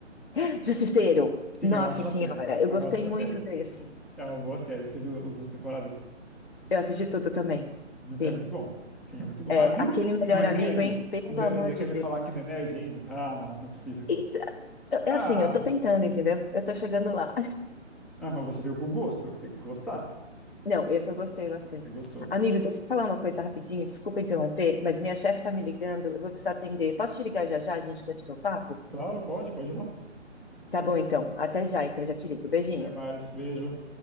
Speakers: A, on the left (about 50°); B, in the centre.
A: <laughs> Justiceiro!
B: Sim,
A: Nossa
B: é uma ótima
A: Senhora,
B: série.
A: eu
B: É
A: gostei
B: uma ótima
A: muito
B: série.
A: desse.
B: É uma boa série. Você viu as duas temporadas?
A: Eu assisti tudo também.
B: Muito-
A: Sim.
B: é muito bom. Sim, é muito bom.
A: É,
B: Ah, viu?
A: aquele melhor
B: Não é
A: amigo,
B: nerd?
A: hein? Pelo
B: Ainda,
A: amor
B: ainda
A: de
B: quer
A: Deus.
B: me falar que não é nerd ainda? Ah, não, não é possível.
A: Eita, eu- é
B: Ah.
A: assim, eu tô tentando, entendeu? Eu tô chegando lá.
B: Ah, mas você veio com gosto. Tem que gostar.
A: Não, esse eu gostei bastante.
B: Você gostou.
A: Amigo, deixa eu falar uma coisa rapidinho, desculpa interromper, mas minha chefe tá me ligando, eu vou precisar atender. Posso te ligar já já? A gente continua o papo?
B: Claro, pode, pode ir lá.
A: Tá bom, então. Até já, então já te ligo. Beijinho.
B: Até mais. Beijo.